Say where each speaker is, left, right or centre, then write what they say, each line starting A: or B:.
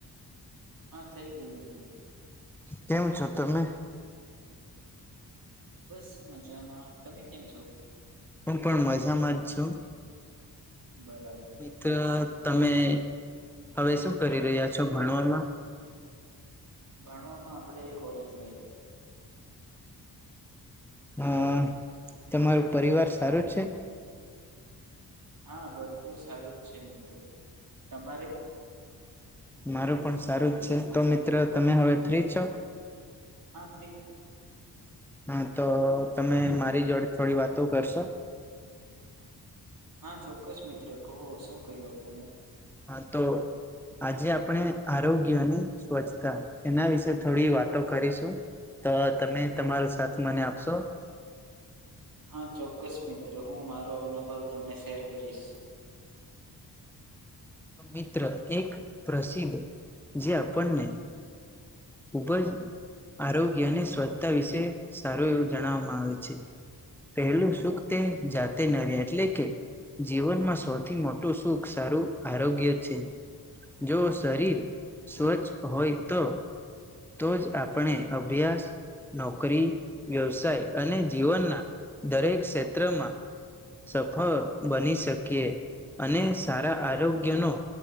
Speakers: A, on the right; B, in the centre.
A: હા થઈ ગયુ મિત્ર.
B: કેમ છો, તમે
A: બસ મજામાં તમે કેમ છો.
B: હું પણ મજામાં જ છું,
A: બરાબર,
B: ત તમે હવે શું કરી રહ્યા છો, ભણવામાં.
A: ભણવામાં આપડે કોલેજ લાઈફ,
B: હું તમારું પરિવાર સારું છે.
A: હા બધું સારુંજ છે, મિત્રો તમારે.
B: મારું પણ સારું જ છે, તો મિત્ર તમે હવે ફ્રી છો.
A: હા ફ્રી,
B: હાતો તમે મારી જોડે થોડી વાતો કરશો.
A: હા, ચોક્કસ મિત્રો કહો શું ક્યું તમે.
B: હા, તો. આજે આપણે આરોગ્ય અને સ્વચ્છતા એના વિશે થોડી વાતો કરીશું, તોતમે તમારો સાથ મને આપશો‌.
A: હા, ચોક્કસ મિત્રો હું મારો અનુભવ તમને શેર કરીશ.
B: મિત્ર એક પ્રસિદ્ધ જે આપણને, ખુબ જ આરોગ્ય અને સ્વચ્છતા વિશે સારું એવું જણાવવામાં આવે છે. પહેલું સુખ તે જાતે નરે એટલેકે, જીવનમાં સૌથી મોટું સુખ સારું આરોગ્ય છે, જો શરીર સ્વચ્છ હોયતો, તોજ આપણે અભ્યાસ, નોકરી, વ્યવસાય અને જીવનના દરેક ક્ષેત્રમાં. સફળ બની શકીએ અને સારા આરોગ્યનો,